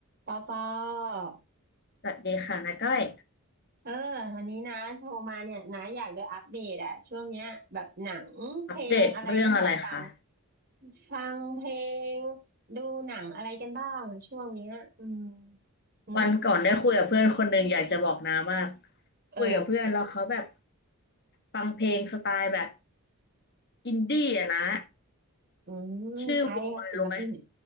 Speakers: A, on the right; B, on the left.
A: ปอปอ
B: สวัสดีค่ะนาก้อย
A: เออวันนี้นะโทรมาเนี่ยนะอยากจะอัปเดตอะช่วงเนี้ยแบบหนังเพลงอะไรที่แบบฟัง
B: อัปเดตเรื่องอะไรคะ
A: ฟังเพลงดูหนังอะไรกันบ้างอะช่วงเนี้ยอืมอืม
B: วันก่อนได้คุยกับเพื่อนคนหนึ่งอยากจะบอกนามาก
A: เออ
B: คุยกับเพื่อนแล้วเขาแบบฟังเพลงสไตล์แบบอินดี้อะนะ
A: อืมใครอะศิลปินไหน
B: ชื่อวงอะไรรู้ไหม